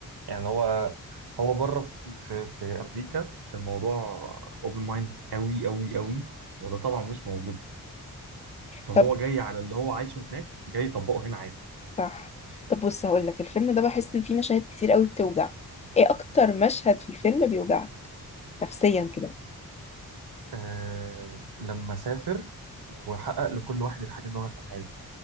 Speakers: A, on the right; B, on the left.
A: يعني هو هو بره في في, في امريكا الموضوع اوبن مايند قوي قوي قوي وده طبعا مش موجود فهو
B: طب
A: جاي على اللي هو عايشه هناك جاي يطبقه هنا عادي
B: صح طب بص هقول لك الفيلم ده بحس ان فيه مشاهد كتير قوي بتوجع ايه اكتر مشهد في الفيلم بيوجعك نفسيا كده
A: آه لما سافر وحقق لكل واحد الحاجة اللي هو كان عايزها